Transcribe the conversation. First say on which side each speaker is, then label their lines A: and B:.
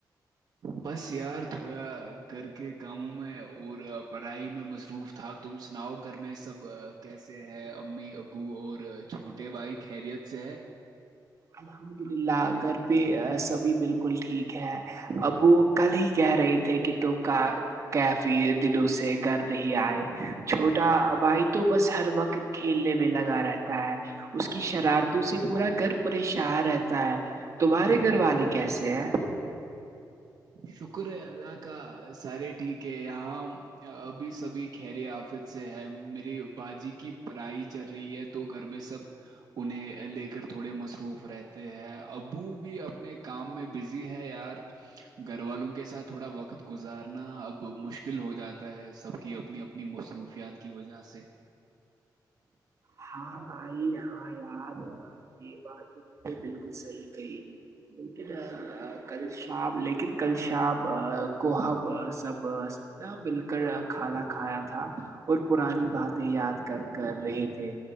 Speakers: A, on the right; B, on the right.
A: بس یار تھوڑا گھر کے کاموں میں اور پڑھائی میں مصروف تھا تم سناؤ گھر میں سب کیسے ہے امی ابو اور چھوٹے بھائی خیریت چ
B: الحمد للہ گھر پہ سبھی بالکل ٹھیک ہے اب وہ کل ہی کہہ رہے تھے کہ ت کا کیفی دلوں سے گر نہیں آئے چھوٹا بھائی تو بس ہر وقت کلے بھی لگا رہا تھ ہے اس کی شرارتوں سے پورا گھر پریشان رہتا ہے دوبارہ گھر والے کیسے ہیں
A: شکر ہے اللہ کا سارے ٹھیک ہے یہاں ابھی سبھی خری آفت سے ہے میرری باجی کی پرائی چل رہی ہے تو گھر میں سب انہیں لے کر تھوڑے مصروف رہتے ہیں ابو بھی اپنے کام میں بزی ہے یار <inaudible> گھر والوں کے ساتھ تھوڑا وقت گزارنا اب مشکل ہو جاتا ہے سب کی اپنی اپنی مصروفیات کی وجہ سے
B: ہاں بھائی ہاں یاد یہ بات بالکل بالکل صحیح کہی لیکن کل شام لیکن کل شام کو ہم سب نہ مل کر کھالا کھایا تھا اور پرانی باتیں یاد کر کر رہے تھے